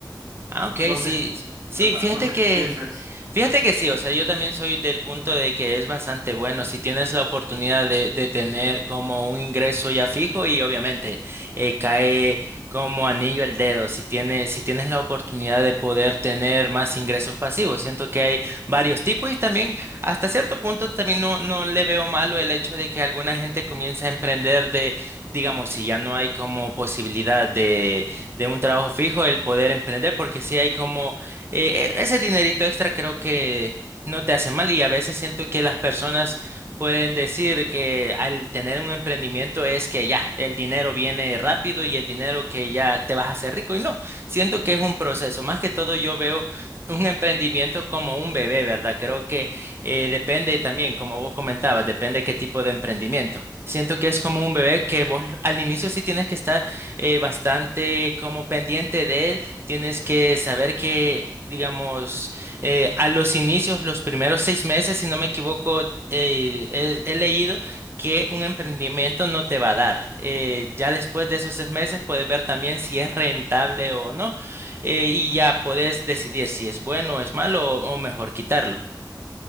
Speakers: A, on the right; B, on the right.
A: Ah, ok,
B: No
A: sí.
B: sé,
A: Sí,
B: ajá,
A: fíjate
B: no sé
A: que
B: qué pienses.
A: Fíjate que sí, o sea, yo también soy del punto de que es bastante bueno si tienes la oportunidad de, de tener como un ingreso ya fijo y obviamente eh, cae como anillo al dedo si tienes, si tienes la oportunidad de poder tener más ingresos pasivos. Siento que hay varios tipos y también hasta cierto punto también no, no le veo malo el hecho de que alguna gente comience a emprender de, digamos, si ya no hay como posibilidad de, de un trabajo fijo, el poder emprender porque sí hay como eh, e, ese dinerito extra creo que no te hace mal y a veces siento que las personas pueden decir que al tener un emprendimiento es que ya, el dinero viene rápido y el dinero que ya te vas a hacer rico y no, siento que es un proceso. Más que todo yo veo un emprendimiento como un bebé, ¿verdad? Creo que eh, depende también, como vos comentabas, depende qué tipo de emprendimiento. Siento que es como un bebé que vos al inicio sí tienes que estar eh, bastante como pendiente de él Tienes que saber que, digamos, eh, a los inicios, los primeros seis meses, si no me equivoco, eh, he, he leído que un emprendimiento no te va a dar. Eh, ya después de esos seis meses puedes ver también si es rentable o no, eh, y ya puedes decidir si es bueno o es malo o, o mejor quitarlo.